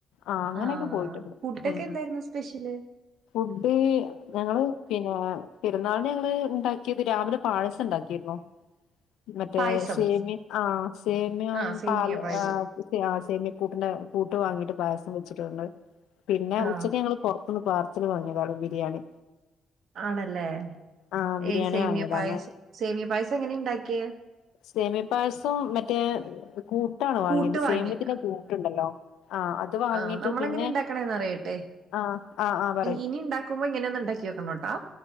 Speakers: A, on the left; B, on the right.
A: ആഹ് അങ്ങനെയൊക്കെ
B: ആ
A: പോയിട്ടുണ്ട്.
B: ഫുഡൊക്കെ
A: ഉം.
B: എന്തായിരുന്നു സ്പെഷ്യല്
A: ഫുഡ് ഞങ്ങള് പിന്നെ പെരുന്നാളിന് ഞങ്ങള് ഇണ്ടാക്കിയത് രാവിലെ പായസം ഇണ്ടാക്കിയിരുന്നു. മറ്റേ
B: പായസം
A: സേമ്യം ആഹ്, സേമിയോം
B: ആ സേമിയ
A: പാല്
B: പായസം
A: ആഹ് ക്ക് ആഹ് സേമിയക്കൂട്ടിന്റെ കൂട്ട് വാങ്ങിട്ട് പായസം വെച്ചിട്ടുണ്ട്. പിന്നെ
B: ആ
A: ഉച്ചക്ക് ഞങ്ങള് പൊർ ത്ത്ന്ന് പാർസല് വങ്ങിയതാണ് ബിരിയാണി.
B: ആണല്ലേ?
A: ആഹ് ബിരിയാണി
B: ഈ സേമിയ
A: വാങ്ങിയതാണ്
B: പായസ് സേമിയ പായസം എങ്ങനെ ഇണ്ടാക്കിയേ?
A: സേമ്യപായസം മറ്റേ കൂട്ടാണ് വാങ്ങിയത്
B: കൂട്ട് വാങ്ങി
A: സേമ്യത്തിന്റെ കൂട്ട്ണ്ടല്ലോ? ആഹ്. വാങ്ങിട്ട്
B: ആഹ് നമ്മളെങ്ങനെ
A: പിന്നെ
B: ഇണ്ടാക്കണേന്ന് അറിയട്ടെ.
A: ആഹ് ആഹ് ആഹ് പറയ്
B: ഇ ഇനി ഇണ്ടാക്കുമ്പോ ഇങ്ങനൊന്ന് ഇണ്ടാക്കിയോക്കണം ട്ടോ.